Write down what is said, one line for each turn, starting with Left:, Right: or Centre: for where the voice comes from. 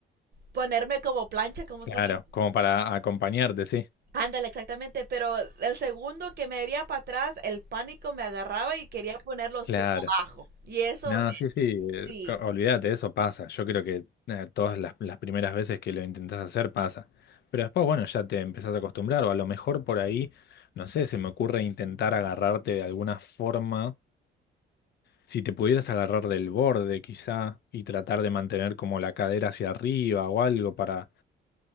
Right: ponerme como plancha, como
Left: Claro,
Right: tú dices.
Left: como para acompañarte, sí.
Right: Ándale, exactamente, pero el segundo que me iría para atrás, el pánico me agarraba y quería poner los
Left: Claro.
Right: pies abajo. Y eso,
Left: No, sí, sí,
Right: sí,
Left: eh, o- olvídate, eso pasa. Yo creo que eh, todas las, las primeras veces que lo intentás hacer pasa. Pero después, bueno, ya te empezás a acostumbrar o a lo mejor por ahí, no sé, se me ocurre intentar agarrarte de alguna forma Si te pudieras agarrar del borde quizá y tratar de mantener como la cadera hacia arriba o algo para,